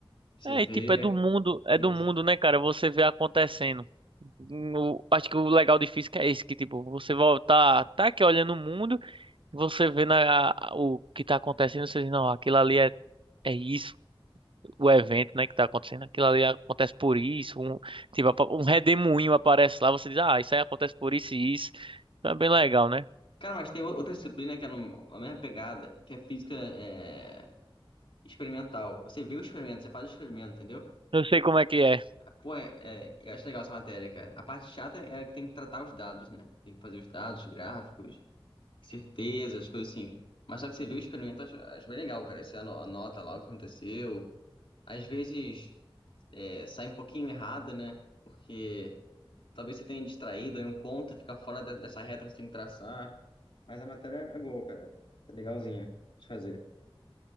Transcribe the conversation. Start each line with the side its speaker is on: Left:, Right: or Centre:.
Left: Você
Right: É,
Left: vê
Right: e tipo, é do mundo, é
Left: isso.
Right: do mundo, né, cara? Você vê acontecendo. No- acho que o legal de física é esse, que tipo, você volta tá aqui olhando o mundo Você vê na, o que tá acontecendo, você diz, não, aquilo ali é, é isso, o evento, né, que tá acontecendo, aquilo ali acontece por isso, um, tipo, apa- um redemoinho aparece lá, você diz, ah, isso aí acontece por isso e isso. Então é bem legal, né?
Left: Cara, mas tem ou- outra disciplina que é no, a mesma pegada, que é física, é, experimental. Você vê o experimento, você faz o experimento, entendeu?
Right: Eu sei como é que é.
Left: Pô, é, é- eu acho legal essa matéria, cara. A parte chata é que tem que tratar os dados, né? Tem que fazer os dados, gráficos, certezas, coisas assim. Mas só que você vê o experimento, eu acho, acho bem legal, cara. Você ano- anota lá o que aconteceu. Às vezes é, sai um pouquinho errado, né? Porque talvez você tenha distraído aí um ponto e fica fora de- dessa reta que você tem que traçar. Mas a matéria é boa, cara. Tá legalzinha de fazer.